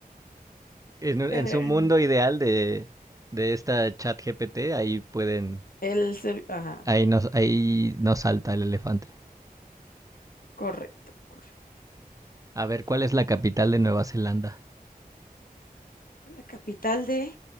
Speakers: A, on the right; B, on the left.
A: En, un- en
B: Em,
A: su mundo ideal de, de esta chat GPT, ahí pueden,
B: El, ser- ajá.
A: ahí no, ahí no salta el elefante.
B: Correcto, correcto.
A: A ver, ¿cuál es la capital de Nueva Zelanda?
B: La capital de